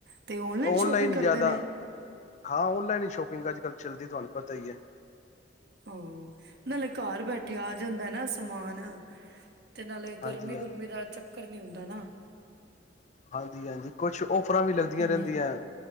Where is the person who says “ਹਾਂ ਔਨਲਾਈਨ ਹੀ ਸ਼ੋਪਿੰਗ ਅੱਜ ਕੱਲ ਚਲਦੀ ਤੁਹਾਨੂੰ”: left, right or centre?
Left